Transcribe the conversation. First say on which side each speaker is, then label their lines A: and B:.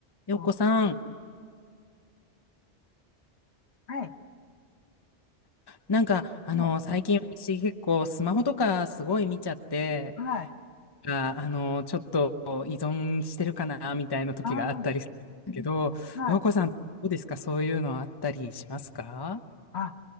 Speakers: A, on the left (about 25°); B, on the left (about 65°).
A: よっこさん、
B: と、はい、
A: なんか、あの、
B: はい、
A: 最近私結構スマホとかすごい見ちゃって、
B: はい、
A: あ、あの、ちょっと依存してるかな、みたいな時があったりするんですけど、
B: ああ、はい。
A: よっこさん、どうですかそういうのあったりしますか
B: あ、